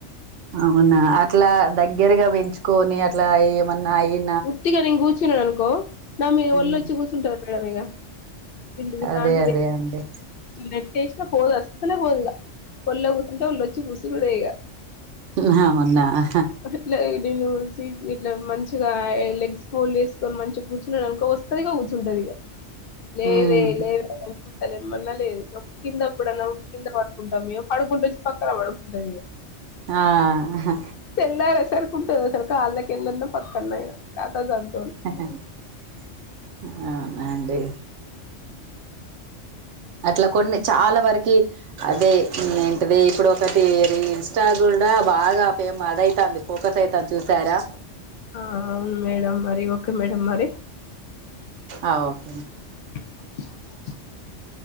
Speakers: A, on the right (about 80°); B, on the left (about 60°).
A: అవునా అట్లా దగ్గరగా బెంచుకొని అట్లా ఏమన్నా ఏయి
B: వుటీగానే నేన్ గుర్చున్నాను అనుకో నా మీ
A: మ్మ్
B: ఒళ్ళొచ్చి కూర్చుంటాది మేడ ఇగ ఇండ్లు తిడాతాంటది
A: అదే అదే అండి
B: నెట్ వెసిన పోదు అస్సలే పోదు ఇగ వోల్లో గుసుఉంటె వోల్లో వచ్చి గూసుడే ఇగా
A: నీన్న మొన్న ఆహ్
B: ఇట్లా దేమె సీట్ ఇట్ల మంచ్ చిగా లెగ్స్ హోల్డ్ చేసుకొని మంచిగా కూర్చున్నాడు అనుకో వస్తది ఇక కూర్చుంటా అది ఇగ లేవే
A: మ్మ్
B: లేవేంతలేమ్మ అన్న లేదు గ కింద కూడా పడుకొ కొంటాం మేము పడుకుంటే పక్క పడుకుంట అది ఇగ
A: ఆహ
B: తెల్లారి అస్సర్ కుంట అది అసల్ కాల్ల కింద అయిన పక్కల్న అయిన తాటజ అన్
A: అవున అండి అట్లా కొన్ని చాలా వరికి అదే ఏంటది ఇప్పుడు ఒకటి ఇన్స్టా కూడా బాగా ఫేమ్ అదై తాంది ఫోకత్ అయితాంది చూసారా
B: ఆ అవును మేడం మరి ఓకే మేడం మరి
A: అ ఓకే నే
B: ఆ